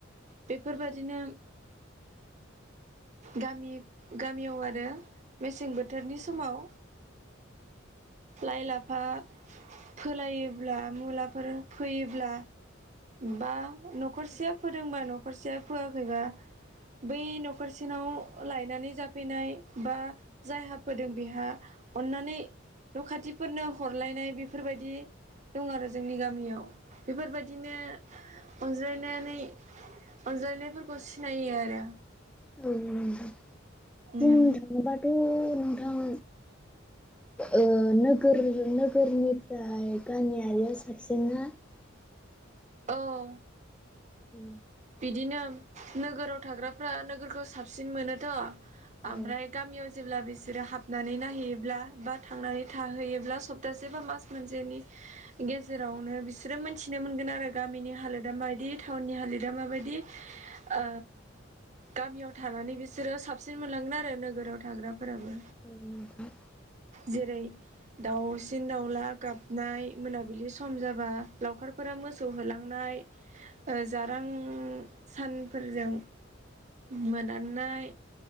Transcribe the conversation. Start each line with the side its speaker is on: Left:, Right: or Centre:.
Right: बेफोरबायाददिनो गामि गामियाव आरो मेसें बोथोरनि समाव लाइ लाफा फोलायोब्ला मुलाफोर फोयोंब्ला बा न'खरसेया फोरोंबा न'खरसेया फोयखैबा बै न'खरसेनाव लायनानै जाफैनाय बा जायहा फोदों बेहा अन्नानै न' खाथिफोरनो हरलायनाय बेफोरबायदि-' दं आरो जोंनि गामियाव। बेफोरबायदिनो अनज्लायनानै अनजायनायफोरखौ सिनायो आरो।
Centre: बुंनो
Right: उम
Centre: थांङोबाथ' नोंथां। ओ नोगोर नोगोरनिफ्राय गामियारिया साबसिन्ना औ
Right: औ
Centre: उम।
Right: बिदिनो नोगोराव थाग्राफ्रा नोगोरखो साबसिन मोनोथ'।
Centre: औ
Right: आमफ्राय गामियाव जेब्ला बिसोरो हाबनानै नायहैयोब्ला बा थांनानै थाहैयोब्ला सब दानसेबा मास मोनसेेनि गेजेरावनो बिसोरो मोनथिनो मोनगोन आरो गामिनि हालोदा माबायदि टाउननि हालोद दा माबायदि ओ गामियाव थानानै बिस सोरो साबसिन मोनलांगोन आरो नोगोराव थाग्राफोराबो।
Centre: औ नोंथां।
Right: जेरै दाउसिन दाउला गाबनाय मोनाबिलि स सम जाबा लावखारफोरा मोसौ होलांनाय ओ जा आं सानफोरजों मोदाननाय